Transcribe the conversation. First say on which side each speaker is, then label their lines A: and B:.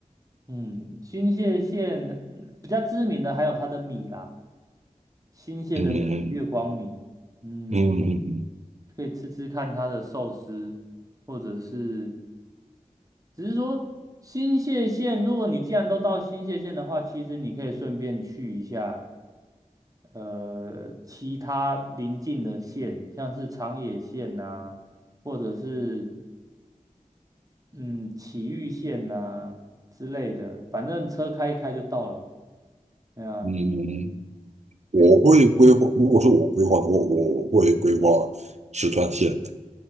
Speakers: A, on the right (about 25°); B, on the right (about 60°).
A: 嗯，新泻县嗯比较知名的还有它的米啦，新泻的米，
B: 嗯嗯
A: 月光米，嗯，
B: 嗯
A: 可以吃吃看它的寿司，或者是，只是说新泻县，如果你既然都到新泻县的话，其实你可以顺便去一下，呃，其他邻近的县，像是长野县呐、或者是嗯，崎玉县呐、之类的，反正车开一开就到了。对啊，
B: 嗯，嗯我会规划。如果是我规划的话，我我会规划十川线。